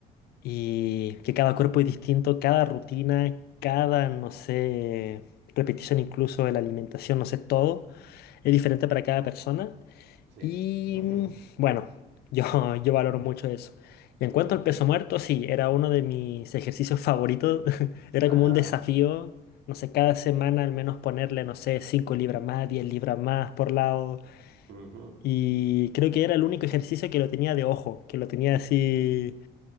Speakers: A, on the left; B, on the right.
A: y que cada cuerpo es distinto, cada rutina, cada, no sé, repetición incluso de la alimentación, no sé, todo es diferente para cada persona.
B: Sí.
A: Y
B: <laughs>
A: mm, bueno, yo, <laughs> yo valoro mucho eso. Y
B: Ujú.
A: en cuanto al peso muerto, sí, era uno de mis ejercicios favoritos. <laughs> Era
B: Ajá.
A: como un desafío, no sé, cada semana al menos ponerle, no sé, 5 libras más, 10 libras más por lado.
B: Ujú.
A: Y creo que era el único ejercicio que lo tenía de ojo, que lo tenía así,